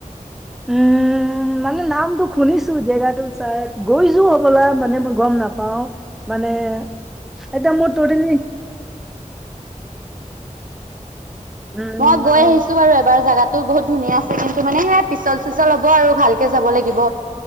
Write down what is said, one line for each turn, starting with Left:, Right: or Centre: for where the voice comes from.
Centre: উমঁ মানে নামটো শুনিছোঁ জেগাটোচ। তাত গৈছোঁ হ'বলা মানে মই গম নাপাওঁ মানে- এতিয়া মোৰ তৰিন নি উম
Right: মই গৈ
Centre: মানে
Right: আহিছো বাৰু এবাৰ জোগাতটো বহুত ধুনীয়া আছে কিন্তু মানে সে পিছল। পিছল হব আৰু ভালকে যাব লাগিব